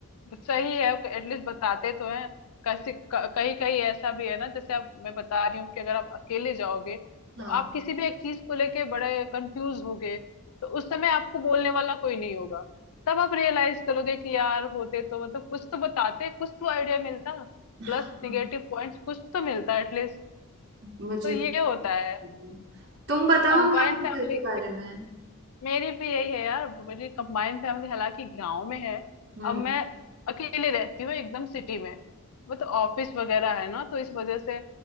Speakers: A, on the left (about 75°); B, on the right (about 50°).
A: सही है एटलीस्ट बताते तो हैं कैसे कहीं कहीं ऐसा भी है ना जैसे आप मैं बता रही हूँ कि अगर आप अकेले जाओगे तो
B: हाँ
A: आप किसी भी एक चीज को लेके बड़े कंफ्यूज होगे तो उस समय आपको बोलने वाला कोई नहीं होगा तब आप रियलाइज करोगे कि यार होते तो मतलब कुछ तो बताते कुछ तो आइडिया मिलता प्लस
B: हाँ
A: निगेटिव पॉइंट्स कुछ तो मिलता एटलीस्ट
B: मुझे
A: तो ये
B: भी
A: होता है
B: नहीं। तुम बताओ
A: तो कंबाइंड
B: ना अपने घर
A: फैमिली
B: के बारे में
A: मेरी भी यही है यार मेरी कंबाइंड फैमिली हालांकि गांव में है
B: हम्म
A: अब मैं अकेले रहती हूँ एकदम सिटी में वो तो ऑफिस वगैरह है ना तो इस वजह से